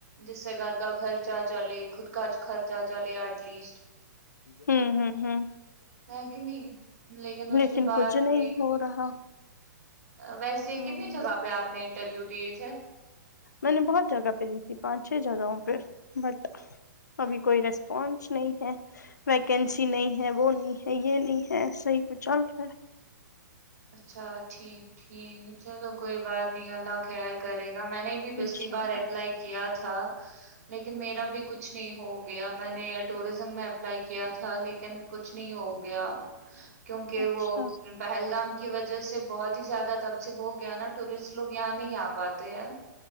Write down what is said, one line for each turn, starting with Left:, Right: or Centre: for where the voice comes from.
Right: جس سے گار کا خھرچہ چلے خود کا خرچ چاچ لے ایٹ لیسٹ
Left: ہوں ہوں ہوں
Right: ہے کہ نہیں اس
Left: لیکن
Right: کے بعد
Left: کچھ نہیں
Right: بھی
Left: ہو رہا
Right: ویسے
Left: ہوں
Right: کتنی جگہ پہ آپ نے انٹرویو دیے تھے
Left: میں نے بہت جگہ پہ تھی پانچے جگہوں پہ بٹ ابھی کوئی ریسپانس نہیں ہے ویکینسی نہیں ہے وہ نہیں ہے یہ نہیں ہے صحیح کو چل رہا ہے
Right: اچھا ٹھیک ٹھیک چلو کوئی بات نہیں اللہ خیر کرے میں نے بھی
Left: ہے
Right: پچھلی
Left: انشاء
Right: بار
Left: اللہ
Right: اپلائی کیا تھا لیکن میرا بھی کچھ نہیں ہو گیا میں نے ٹوریزم میں اپلائی کیا تھا لیکن کچھ نہیں ہو گیا کیونکہ
Left: اچھا
Right: وہ پہلگام کی وجہ سے بہت ہی زیادہ تب سے ہو گیا نا ٹورسٹ لوگ یہاں نہیں آ پاتے ہیں